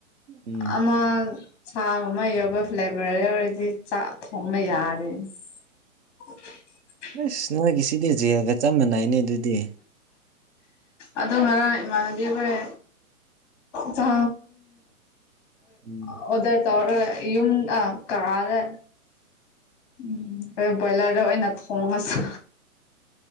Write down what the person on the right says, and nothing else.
ꯎꯝ
ꯑꯁ ꯅꯣꯏꯒꯤ ꯁꯤꯗꯤ ꯖꯦꯜꯒ ꯆꯞ ꯃꯥꯟꯅꯩꯅꯦ ꯑꯗꯨꯗꯤ
ꯎꯝ